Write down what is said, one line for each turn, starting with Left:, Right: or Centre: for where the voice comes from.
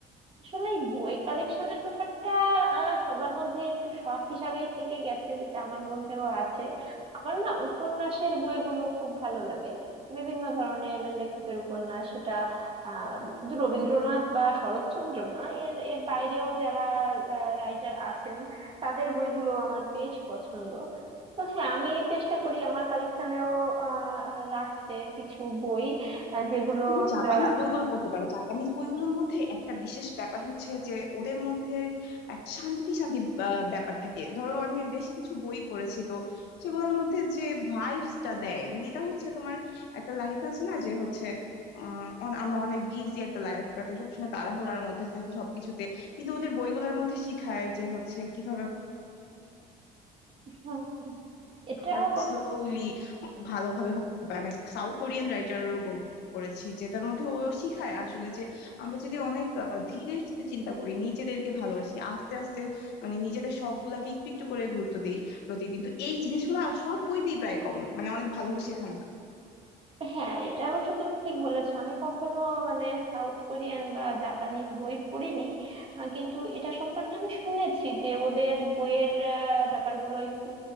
Right: আসলে এই বই কালেকশনের ব্যাপারটা আহ, সবার মধ্যে একটু শখ হিসাবেই থেকে গেছে যেটা আমার মধ্যেও আছে আমার না উপন্যাসের বইগুলো খুব ভালো লাগে বিভিন্ন ধরনের লেখকের উপন্যাস সেটা আহ শুধু রবীন্দ্রনাথ বা শরৎচন্দ্র না এর এর বাইরেও যারা রাইটার আছেন তাদের বইগুলো আমার বেশ পছন্দ তো হ্যাঁ আমি চেষ্টা করি আমার কালেকশনেও রাখতে কিছু বই আহ, যেগুলো
Left: তুমি
Right: আমরা
Left: জাপানিজ বইগুলো পড়তে পারো জাপানিজ বইগুলোর মধ্যে একটা বিশেষ ব্যাপার হচ্ছে যে ওদের মধ্যে একটা শান্তি শান্তি আহ, ব্যাপার থাকে ধরো আমি বেশ কিছু বই পড়েছি তো সেগুলোর মধ্যে যে ভাইবসটা দেয় মানে এটা হচ্ছে তোমার একটা লাইফ আছে না যে হচ্ছে আহ, অন- আমরা অনেক বিজি একটা লাইফ কাটাই সবসময় তাড়াহুড়ার মধ্যে থাকি সবকিছুতে কিন্তু ওদের বইগুলোর মধ্যে শিখায় যে হচ্ছে কিভাবে
Right: হুম, এটা
Left: আমরা
Right: অবশ্য
Left: স্লোলি ভালোভাবে ভাবতে পারি সাউথ কোরিয়ান রাইটারেরও বই পড়েছি যেটার মধ্যে ও শিখায় আসলে যে আমরা যদি অনেক আহ, ধীরে সুস্থে চিন্তা করি নিজেদেরকে ভালোবাসি আস্তে আস্তে মানে নিজেদের শখ গুলাকে একটু একটু করে গুরুত্ব দিই প্রতিদিন তো এই জিনিসগুলো আর সব বইতেই প্রায় কমন মানে অনেক ভালোভাবে শেখানো হয়
Right: হ্যাঁ এটা অবশ্য তুমি ঠিক বলেছো আমি কখনো মানে সাউথ কোরিয়ান বা জাপানিজ বই পড়িনি আহ, কিন্তু এটা সম্পর্কে আমি শুনেছি যে ওদের বইয়ের আহ, ব্যাপারগুলো একটু